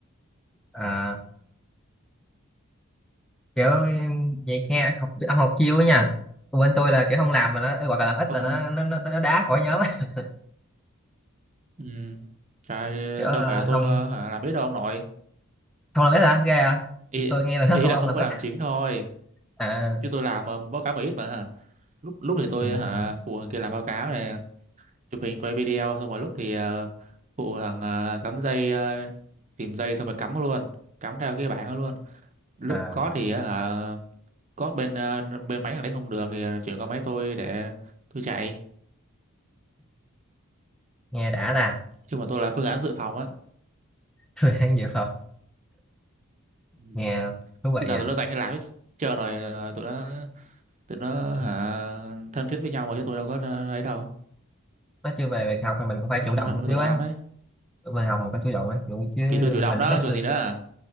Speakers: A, in the centre; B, on the right.
A: à, kiểu vậy nghe học ông học chiêu ấy nha Còn bên tôi là kiểu không làm mà nó hoặc là làm ít
B: không
A: là nó
B: ờ,
A: nó nó, nó đá khỏi nhóm á. <laughs>
B: ừ. Trời,
A: kiểu ờ,
B: đâu phải là tôi
A: không
B: ờ, hả, làm biết đâu ông nội
A: không làm ít hả ghê à
B: ý,
A: tôi nghe là nó
B: ý
A: không
B: là
A: ông
B: không
A: làm
B: có
A: ít
B: làm chính thôi
A: à,
B: chứ tôi làm ờ, báo cáo mà ít mà lúc lúc thì tôi
A: ừ,
B: hả
A: ừ.
B: phụ thằng kia làm báo cáo này chụp hình quay video xong rồi lúc thì ờ, phụ thằng ờ, cắm dây ờ, tìm dây xong rồi cắm luôn cắm theo cái bảng đó luôn lúc
A: à
B: có thì ờ, hả có bên ờ, bên máy thằng đấy không được thì ờ, chuyển qua máy tôi để tôi chạy
A: <laughs> nghe đã ta
B: chứ mà tôi là phương án dự phòng á
A: thời gian dự phòng
B: Ừ.
A: nghe thú vị
B: chứ giờ
A: nha
B: tụi nó giành hết lái hết trơn rồi ờ, tụi nó tụi nó hả
A: Ừ.
B: thân thiết với nhau mà chứ tôi đâu có ờ, ấy đâu
A: nói chưa về việc học thì mình cũng phải
B: tôi
A: chủ
B: không
A: động
B: có thân
A: một
B: với
A: xíu
B: tụi nó
A: ấy
B: lắm ấy
A: tụi mình học một cái chủ động ấy kiểu chứ
B: thì tôi chủ động
A: hình
B: đó
A: đó
B: chứ còn gì nữa à.